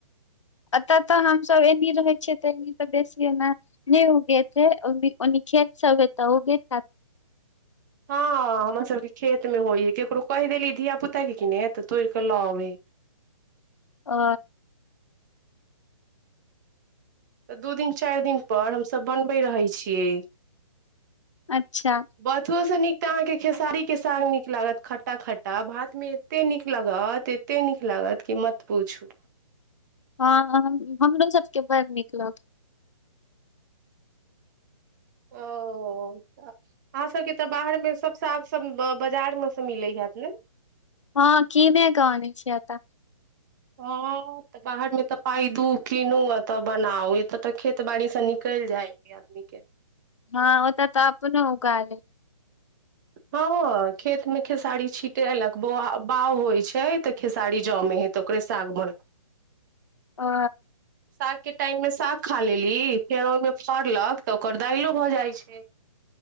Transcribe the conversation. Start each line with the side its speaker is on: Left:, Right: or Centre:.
Left: एतय तऽ हमसब एनी रहै छियै तऽ एनी तऽ बेसी एना नहि उगइत हे ओनी खेत सब हे तऽ उगइत हैत
Right: हँ हमर सबके खेतमे होइय है केकरो कहि देली धियापुताके किने तऽ तोड़ि कऽ लऽ अबै
Left: अ
Right: तऽ दू दिन चारि दिनपर हमसभ बनबैत रहै छियै
Left: अच्छा
Right: बथुओ से नीक तऽ अहाँके खेसारी के साग नीक लागत खट्टा खट्टा भात मे एते नीक लागत एते नीक लागत क मत पूछू
Left: हँ हम हमरो सभके बड़ नीक लगै
Right: ओ तऽ अहाँ सबके तऽ बाहर मे सब साग सब बाजार मे से मिलै हत ने
Left: हँ कीने क अनै छिय एतऽ
Right: हँ तऽ बाहरमे तऽ पाय दू कीनू आ तब बनाउ एतऽ तऽ खेत बाड़ीसँ निकलि जाइ है आदमी के
Left: हँ ओतऽ तऽ अपनो उगा लय
Right: हँ हँ खेतमे खेसारी छिटलक बौ बाउ होइ छै तऽ खेसारी जमे हे त ओकरे सागम
Left: ह
Right: सागके टाइममे साग खा लेली फेर ओहिमे फड़लक तऽ ओकर दाइलो भऽ जाइत छै